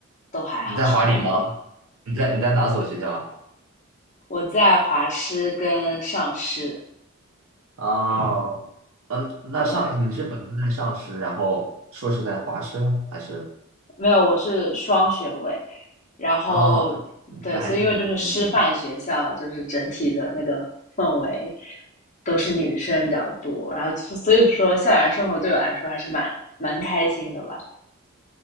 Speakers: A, on the left; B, on the right.
A: 都还好。
B: 你在华理吗？
A: <laughs>
B: 你在你在哪所学校啊？
A: 我在华师跟上师，
B: 哦，嗯，那上你是本科在上师，
A: 对，
B: 然后硕士在华师吗？还是
A: 没有，我是双学位，然后
B: 啊？
A: 对，
B: 那还是很近的。
A: 所以因为就是师范学校，就是整体的那个氛围都是女生比较多，然后所以说校园生活对我来说还是蛮蛮开心的吧。